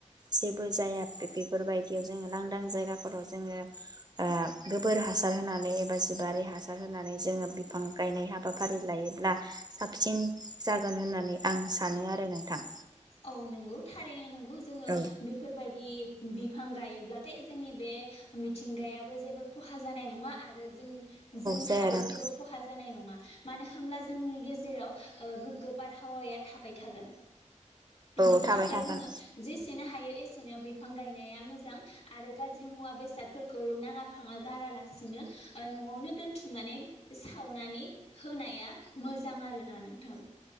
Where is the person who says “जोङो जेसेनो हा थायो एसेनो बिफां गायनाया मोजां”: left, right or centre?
Left